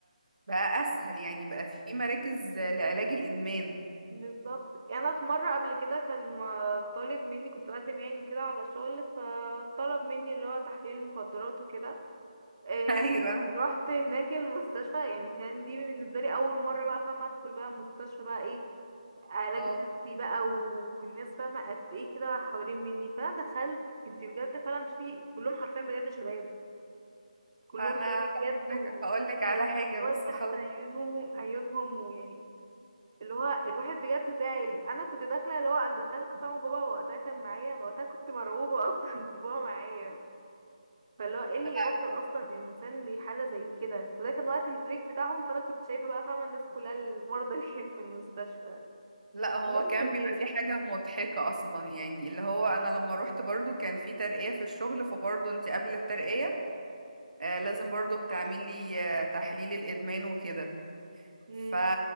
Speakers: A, on the right (about 70°); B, on the right (about 30°).
A: بقى اسهل يعني بقى في مراكز لعلاج الادمان
B: بالظبط أنا في مرة قبل كده كان ما- طالب مني كنت بقدم يعني كده على شغل فطلب مني اللي هو تحليل مخدرات وكده إيه،
A: <laughs> ايوه
B: رحت هناك المستشفى يعني كان دي بالنسبة لي أول مرة بقى فاهمة أدخل بقى مستشفى بقى إيه علاج
A: اه
B: نفسي بقى و- والناس فاهمة قد إيه كده حوالين مني فأنا دخلت انت بجد فعلا في كلهم حرفيا بجد شباب كلهم
A: انا
B: شباب
A: هقول
B: بجد والموضوع
A: لك هقول لك على حاجه بس
B: تحت
A: خلاص
B: عيونهم عيونهم ويعني اللي هو الواحد بجد زعل انا كنت داخله اللي هو انا دخلت فاهمه بابا وقتها كان معايا انا وقتها كنت مرعوبه <laughs> اصلا إن بابا معايا فاللي هو ايه اللي
A: لا
B: يوصل اصلا الانسان لحاله زي كده وده كان وقت البريك بتاعهم فانا كنت شايفه بقى فاهمه الناس كلها المرضى اللي كانت في المستشفى
A: لا، هو
B: كلهم
A: كان
B: شباب
A: بيبقى في حاجه مضحكه اصلا يعني اللي هو انا لما روحت برضو كان في ترقيه في الشغل فبرضو انت قبل الترقيه آه لازم برضو بتعملي آه تحليل الادمان وكده
B: امم
A: ف...